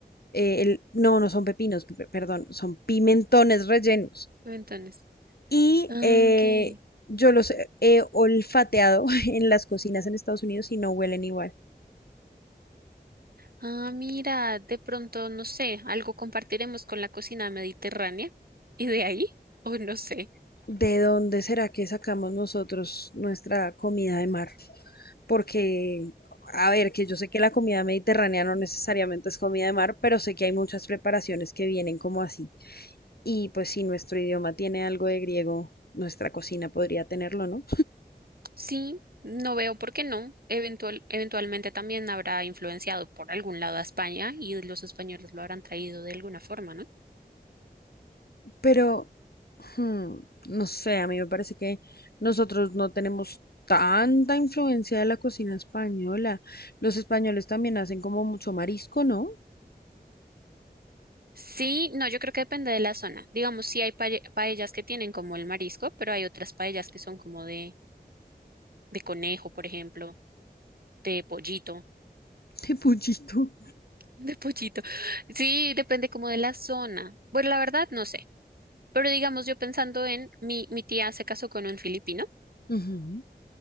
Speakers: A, on the left (about 70°); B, on the right (about 65°).
A: eh, el- no, no son pepinos, pe- perdón, son pimentones rellenos.
B: Entonces,
A: Y
B: ah,
A: eh,
B: ok.
A: yo los he olfateado <laughs> en las cocinas en Estados Unidos y no huelen igual.
B: Ah, mira, de pronto, no sé, algo compartiremos con la cocina mediterránea y de ahí, o no sé.
A: ¿De dónde será que sacamos nosotros nuestra comida de mar? Porque, a ver, que yo sé que la comida mediterránea no necesariamente es comida de mar, pero sé que hay muchas preparaciones que vienen como así Y pues si nuestro idioma tiene algo de griego, nuestra cocina podría tenerlo, ¿no?
B: Sí, no veo por qué no. Eventual, eventualmente también habrá influenciado por algún lado a España y los españoles lo habrán traído de alguna forma, ¿no?
A: Pero, hmm, no sé, a mí me parece que nosotros no tenemos tanta influencia de la cocina española. Los españoles también hacen como mucho marisco, ¿no?
B: Sí, no, yo creo que depende de la zona. Digamos, sí hay pae- paellas que tienen como el marisco, pero hay otras paellas que son como de, de conejo, por ejemplo, de pollito,
A: <laughs> De pollito.
B: <laughs> de pollito. Sí, depende como de la zona. Bueno, la verdad, no sé. Pero digamos, yo pensando en mi, mi tía se casó con un filipino.
A: Ujú.